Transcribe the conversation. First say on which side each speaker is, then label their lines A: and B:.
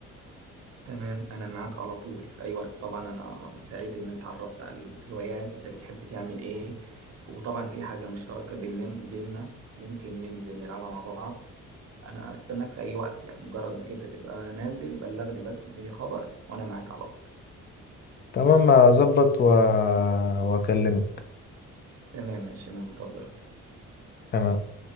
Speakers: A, on the right; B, on the left.
A: تمام أنا معاك على طول في أي وقت طبعا أنا سعيد إن اتعرفت على الهوايات أنت بتحب تعمل إيه وطبعا في حاجة مشتركة بيننا بيننا ممكن ننزل نلعبها مع بعض أنا أستناك في أي وقت يعني مجرد إنك أنت تبقى نازل بلغني بس اديني خبر وأنا معاك على طول
B: تمام اظبط و... واكلمك
A: تمام ماشي منتظرك
B: تمام